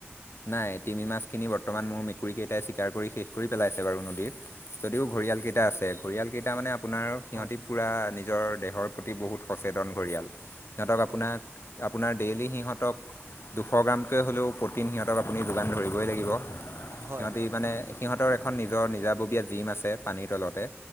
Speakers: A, on the left; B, on the right.
A: নাই। তিমি মাছখিনি বৰ্তমান মোৰ মেকুৰী কেইটাই চিকাৰ কৰি শেষ কৰি পেলাইছে বাৰু নদীৰত, যদিও ঘৰিয়াল কেইটা আছে। ঘৰিয়ালকেইটা মানে আপোনাৰ সিহঁতি
B: হয় হয়
A: পূৰা নিজৰ দেহৰ প্ৰতি বহুত সচেতন ঘৰিয়াল। সিহঁতোক
B: হয়
A: আপোনাক আপোনাৰ ডেইলি সিহঁতক দুশ গ্ৰামকৈ হ'লেও তিন সিহঁতক আপুনি যোগান ধৰিই লাগিব।
B: হয় হয়
A: সিহঁতি
B: হয়
A: মানে। সিহঁতৰ এখন নিজৰ নিজাববীয়া জিম আছে পানীৰ তলতে।